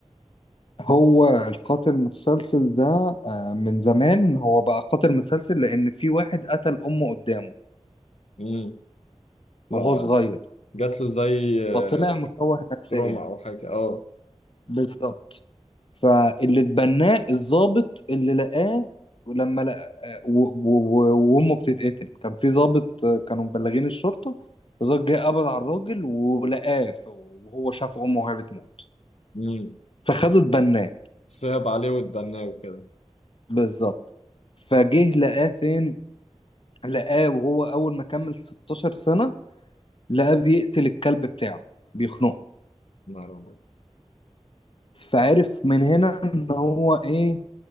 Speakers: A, on the left (about 55°); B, on the left (about 80°).
A: هو القاتل المتسلسل ده آه من زمان هو بقى قاتل متسلسل لأن في واحد قتل أمه قدامه
B: امم فجات
A: وهو صغير
B: له زي آه،
A: فطلع مشوه نفسيا
B: تروما او حاجة اه
A: بالظبط فاللي اتبناه الضابط اللي لقاه لما لقى آه، و- و- و- وامه بتتقتل كان في ضابط آه، كانوا مبلغين الشرطه الضابط جه قبض على الراجل ولقاه ف- وهو شاف امه وهي بتموت
B: امم
A: فخدوا اتبناه
B: فصعب عليه واتبناه وكده
A: بالظبط فجه لقاه فين لقاه وهو اول ما كمل 16 سنة لقاه بيقتل الكلب بتاعه بيخنقه
B: نعم
A: فعرف من هنا ان هو ايه